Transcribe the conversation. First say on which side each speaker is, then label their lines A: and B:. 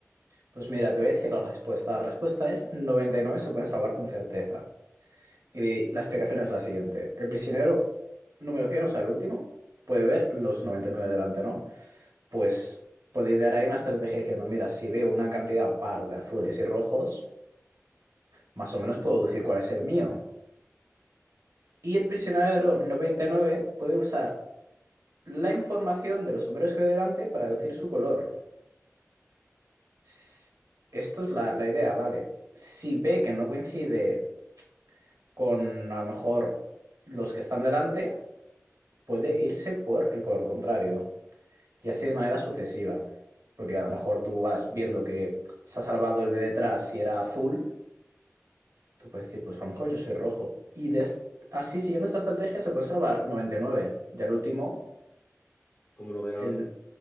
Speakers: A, on the right; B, on the left.
A: Pues mira, te voy a decir la respuesta. La respuesta es 99 se pueden salvar con certeza. Y la explicación es la siguiente. El prisionero número 100, o sea, el último, puede ver los 99 delante, ¿no? pues puedo idear ahí una estrategia diciendo, mira, si veo una cantidad par de azules y rojos, más o menos puedo deducir cuál es el mío. Y el prisionero 99 puede usar la información de los sombreros que ve delante para deducir su color. S- Esto es la, la idea, ¿vale? Si ve que no coincide con a lo mejor los que están delante, puede irse por el color contrario. Y así de manera sucesiva. Porque a lo mejor tú vas viendo que se ha salvado el de detrás y era azul Tú puedes decir, pues a lo mejor yo soy rojo. Y des- así, siguiendo esta estrategia, se puede salvar noventa y nueve Ya el último,
B: Como no ve nada.
A: el,